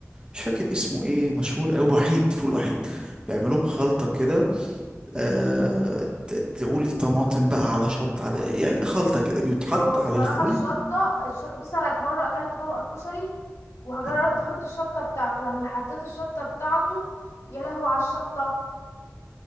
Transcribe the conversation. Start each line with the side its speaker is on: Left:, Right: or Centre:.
Right: مش فاكر اسمه ايه مشهور أوي وحيد فول وحيد بيعملوه بخلطة
Left: مم.
Right: كده آه ت- تقولي طماطم بقى على شط على يعني خلطة كده بيتحط
Left: هو
Right: على
Left: بصراحه
Right: الفول
Left: الشطه الش... بص انا مره اكلت طبق الكشري وجربت
Right: مم.
Left: احط الشطه بتاعته لما حطيت الشطه بتاعته يا لهوي على الشطه